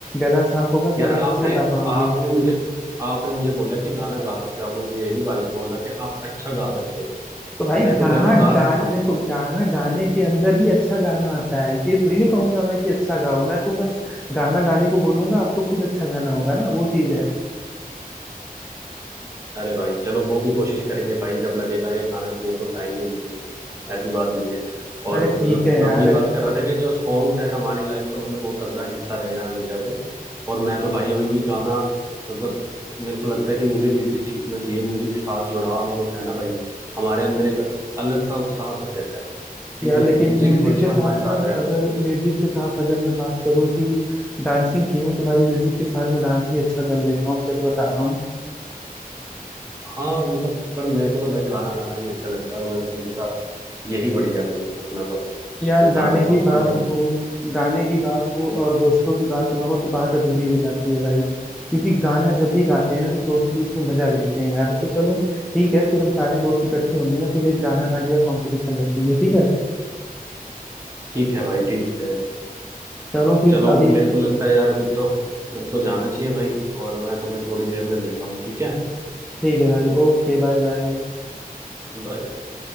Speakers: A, in the centre; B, on the right.
A: गला साफ होगा
B: यार
A: तब आप
B: आपने
A: अच्छा गा पाओगे
B: आपने मुझे आपने मुझे बोला कि गाना गा सकते हो आपने मुझे ये नहीं बाल- बोला कि आप अच्छा गा सकते हो
A: तो भाई
B: मैं तो
A: गाना
B: गाना गा
A: गाने
B: सकता हूँ भाई
A: देखो गाना गाने के अंदर ही अच्छा गाना आता है ये थोड़ी ना कहूंगा मैं कि अच्छा गाओ मैं तो बस गाना गाने को बोलूंगा आपको खुद अच्छा गाना होगा ना वो चीज है
B: अरे भाई चलो वो भी कोशिश करेंगे भाई जब लगेगा कि गाना चाहिए तो गाएंगे भी भाई ऐसी बात नहीं है और
A: अरे
B: मतलब
A: ठीक है यार
B: मैं वही बात कर रहा था कि जो सॉन्ग्स हैं हमारी लाइफ का मतलब बहुत तगड़ा हिस्सा रहे हैं हमेशा से और मैं तो भाई अभी भी गाना मतलब मेरे को लगता है कि मुझे म्यूजिक सीखना चाहिए म्यूजिक साथ जुड़ाव जो है ना भाई हमारे अंदर एक अलग सा उत्साह भर देता है ठीक
A: यार
B: है
A: लेकिन
B: म्यूजिक
A: म्यूजिक
B: हमेशा
A: के साथ
B: हमारे साथ
A: ना
B: रहना
A: अगर
B: चाहिए
A: म्यूजिक के साथ अगर मैं बात करूँ कि डांसिंग की ना तो भाई म्यूजिक के साथ मैं डांस भी अच्छा कर लेता हूँ सच बता रहा हूँ
B: हाँ मतलब पर मेरे को तो भाई गाना गाना ही अच्छा लगता है और मेरे, मेरे साथ यही बढ़िया है भाई अपना तो
A: यार
B: ये गाना
A: गाने
B: गाओ
A: की बात
B: बढ़िया मस्त
A: हो गाने की बात हो और दोस्तों की बात ना हो तो बात अधूरी हो जाती है भाई क्योंकि गाना जब भी गाते हैं ना तो दोस्त भी उसमें मजा लेते हैं यार तो चलो ठीक है फिर हम सारे दोस्त इकट्ठे होंगे ना फिर एक गाना गाने का कंपटीशन रखेंगे ठीक है
B: ठीक है भाई ठीक है
A: चलो फिर
B: चलो अभी
A: अभी
B: मेरे को लगता है यार अभी तो मेरे को जाना चाहिए भाई और मैं तुम्हें थोड़ी देर में मिलता हूँ ठीक है
A: ठीक है भाई ओके बाय बाय
B: बाय